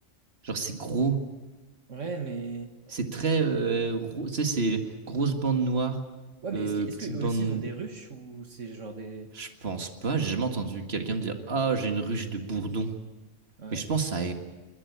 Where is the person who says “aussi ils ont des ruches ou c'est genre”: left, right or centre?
Right